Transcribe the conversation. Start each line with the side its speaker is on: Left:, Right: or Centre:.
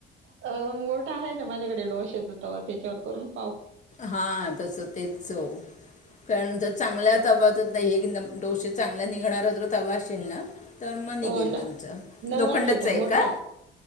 Right: मोठा आहे ना माझ्याकडे डोशेत होतवा त्याच्यावर करून पाव....
Left: हा तसच. तेच हो कारण जर चांगल्यात आवाजत नाही हे की डोसे चांगल्या निघणार तर. तवाशिंना तर मग निघेल
Right: हो ना.
Left: तुमचं
Right: नवाच
Left: लोखंडचं
Right: तो
Left: आहे
Right: मोठा
Left: का?